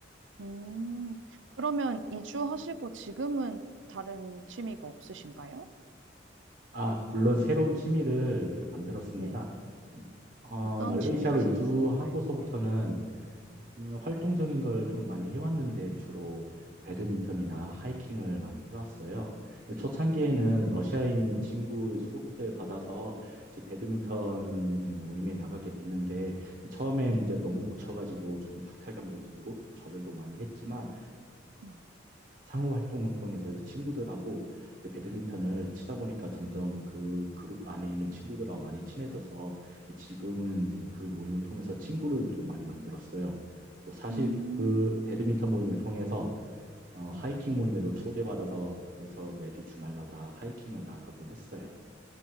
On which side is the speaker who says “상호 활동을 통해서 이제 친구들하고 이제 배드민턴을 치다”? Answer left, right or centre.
Right